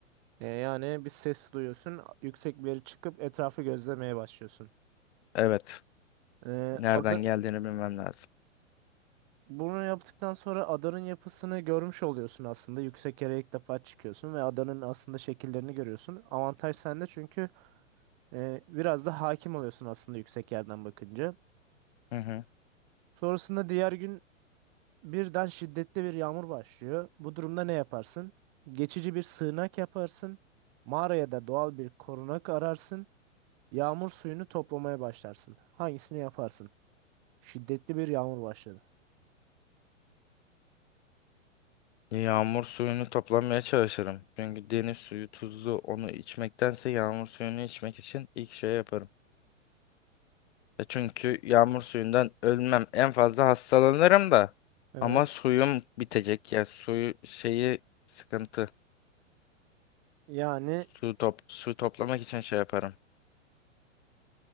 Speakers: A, on the right; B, on the left.
A: E, yani bir ses duyuyorsun. Yüksek bir yere çıkıp etrafı gözlemeye başlıyorsun.
B: Evet.
A: E,
B: Nereden
A: ada,
B: geldiğini bilmem lazım.
A: bunu yaptıktan sonra adanın yapısını görmüş oluyorsun aslında. Yüksek yere ilk defa çıkıyorsun ve adanın aslında şekillerini görüyorsun. Avantaj sende çünkü e, biraz da hakim oluyorsun aslında yüksek yerden bakınca.
B: Hı hı.
A: Sonrasında diğer gün Birden şiddetli bir yağmur başlıyor. Bu durumda ne yaparsın? Geçici bir sığınak yaparsın. Mağaraya da doğal bir korunak ararsın. Yağmur suyunu toplamaya başlarsın. Hangisini yaparsın? Şiddetli bir yağmur başladı.
B: Yağmur suyunu toplamaya çalışırım. Çünkü deniz suyu tuzlu. Onu içmektense yağmur suyunu içmek için ilk şey yaparım. E çünkü yağmur suyundan ölmem. En fazla hastalanırım da.
A: Evet.
B: Ama suyum bitecek. ya suyu şeyi sıkıntı.
A: Yani
B: Su top su toplamak için şey yaparım.